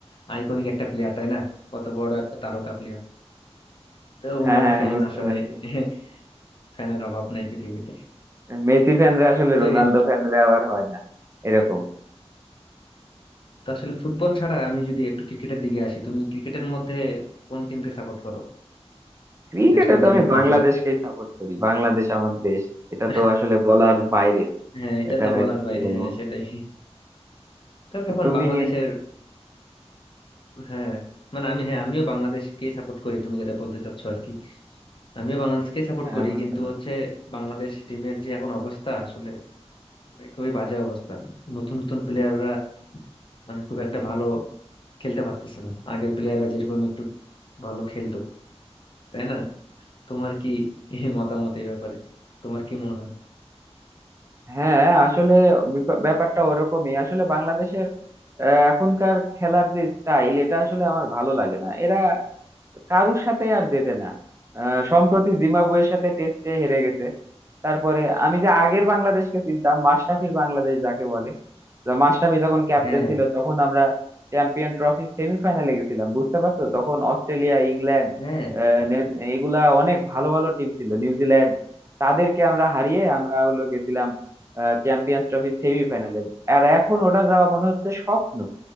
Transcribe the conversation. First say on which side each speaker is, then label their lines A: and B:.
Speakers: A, on the left (about 50°); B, on the right (about 25°).
A: আইকনিক একটা প্লেয়ার তাই না কত বড় একটা তারকা প্লেয়ার তো
B: হ্যাঁ
A: ওনার
B: হ্যাঁ
A: ফ্যান
B: বুঝতে
A: আসলে
B: পারছি
A: <laughs> ফ্যানের অভাব নাই পৃথিবীতে
B: মেসি ফ্যানরা আসলে
A: তো
B: রোনালদো
A: এ-
B: ফ্যানরা আবার হয় না এরকম
A: তো আসলে ফুটবল ছাড়া আমি যদি একটু ক্রিকেটের দিকে আসি তুমি ক্রিকেটের মধ্যে কোন টিমকে সাপোর্ট করো
B: ক্রিকেটে
A: ন্যাশনাল
B: তো
A: টিমের
B: আমি
A: মধ্যে
B: বাংলাদেশকেই সাপোর্ট করি বাংলাদেশ আমার দেশ
A: <laughs>
B: এটা তো আসলে বলার বাইরে
A: হ্যাঁ এটা
B: এটা
A: তো বলার
B: কি
A: বাইরে
B: বলবো
A: হ্যাঁ সেটাই তবে
B: তো
A: এখন
B: তুমি
A: বাংলাদেশের হ্যাঁ মানে আমি হ্যাঁ আমিও বাংলাদেশকে সাপোর্ট করি তুমি যেটা বলতে চাচ্ছ আর কি আমিও বাংলাদেশকে সাপোর্ট
B: হ্যাঁ
A: করি
B: বুঝতে
A: কিন্তু
B: পারছি
A: হচ্ছে বাংলাদেশ টিমের যে এখন অবস্থা আসলে মানে খুবই বাজে অবস্থা নতুন নতুন প্লেয়াররা মানে খুব একটা ভালো খেলতে পারতেছে না আগের প্লেয়াররা যেরকম একটু ভালো খেলতো তাই না তোমার কি <laughs> এই মতামত এই ব্যাপারে তোমার কি মনে হয়
B: হ্যাঁ আসলে বিপা- ব্যাপারটা ওরকমই আসলে বাংলাদেশের আহ, এখনকার খেলার যে স্টাইল এটা আসলে আমার ভালো লাগে না এরা কারুর সাথে আর জেতে না আহ, সম্প্রতি জিম্বাবুয়ের সাথে টেস্টে হেরে গেছে তারপরে আমি যে আগের বাংলাদেশকে চিনতাম মাশরাফির বাংলাদেশ যাকে বলে, মাশরাফি যখন ক্যাপ্টেন
A: হ্যাঁ
B: ছিল তখন আমরা চ্যাম্পিয়ন ট্রফি সেমিফাইনালে গেছিলাম বুঝতে পারছো তখন অস্ট্রেলিয়া ইংল্যান্ড
A: হ্যাঁ
B: আহ, নে- এগুলা অনেক ভালো ভালো টিম ছিল নিউজিল্যান্ড তাদেরকে আমরা হারিয়ে আমরা হলো গেছিলাম চ্যাম্পিয়ন্স ট্রফি সেমিফাইনালে আর এখন ওটা যাওয়া মনে হচ্ছে স্বপ্ন